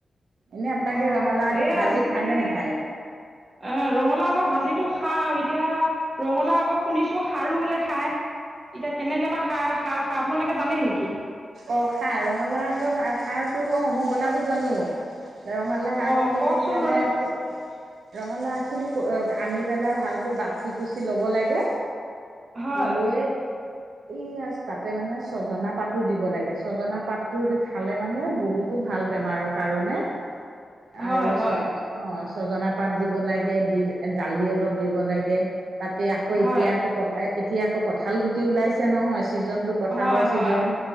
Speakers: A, on the right; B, on the right.
A: এনেই আপোনালাকে
B: অঁ
A: ৰঙালাও আগ
B: এই
A: ভাজি
B: আজিকালি
A: খাই নে নেখায়।
B: এ ৰঙালা আগ ভাজিটো খা-। <inaudible> এতিয়া ৰঙালা আকৌ শুনিছো খাৰু বোলে খাই এতিয়া কেনেকে বা। খাৰ খাৰ খাৰ আপোনালোকে জানে নেকি।
A: অ', খাৰ ৰঙালা আগ খাৰটো ক মই বনাব জানো। ৰঙালাও
B: অ
A: আগখিনি
B: কওকচোন
A: মানে
B: বাৰু
A: ফ। ৰঙালাও আগখিনি পো আনি পেলাই ভালকৈ বাচি কুচি ল'ব লাগে।
B: হয়
A: লৈ এই আ তাতে মানে ছজনা পাত তটো দিব লাগে। ছজনা পাতটো খালে মানে বহুতো ভাল বেমাৰৰ কাৰণে।
B: হয়
A: আৰু
B: হয়
A: চ অ অঁ, ছজনা পাত দিব লাগে, দি দালি অলপ দিব লাগে। তাতে আকৌ
B: হয়
A: এতিয়া আকৌ কঠাঁ এতিয়া আকৌ কঠাঁল গুটি ওলাইছে নহয় ছিজনটো কঠাঁলৰ
B: হয়
A: ছিজন
B: হয়